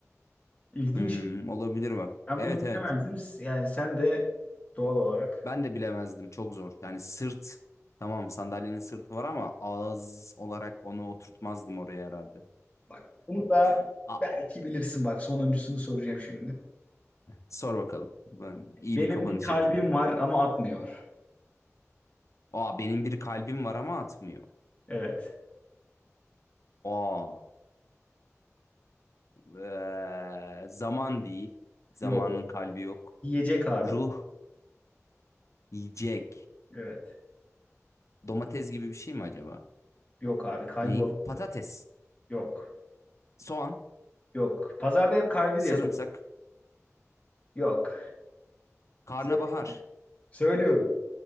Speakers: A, on the left; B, on the left.
A: İlginç.
B: Hmm, olabilir bak.
A: Ben
B: Evet
A: bunu
B: evet.
A: bilemezdim. Yani sen de doğal olarak.
B: Ben de bilemezdim. Çok zor. Yani sırt tamam sandalyenin sırtı var ama ağız olarak onu oturtmazdım oraya herhalde.
A: Bak bunu da
B: <laughs> A-
A: belki bilirsin. Bak sonuncusunu soracağım şimdi.
B: Sor bakalım. Ben iyi
A: Benim
B: bir kapanış
A: bir kalbim
B: yapayım.
A: var ama atmıyor.
B: Aa benim bir kalbim var ama atmıyor.
A: Evet.
B: Aa eee, zaman değil. Zamanın
A: Yok.
B: kalbi yok.
A: Yiyecek abi.
B: Ruh,
A: bu.
B: yiyecek.
A: Evet.
B: Domates gibi bir şey mi acaba?
A: Yok abi. Kalbi
B: Neyin?
A: o-
B: Patates,
A: yok.
B: soğan,
A: Yok. Pazarda hep kalbi
B: sarımsak,
A: diye satıyor. Yok.
B: karnabahar,
A: Sö- Söylüyorum.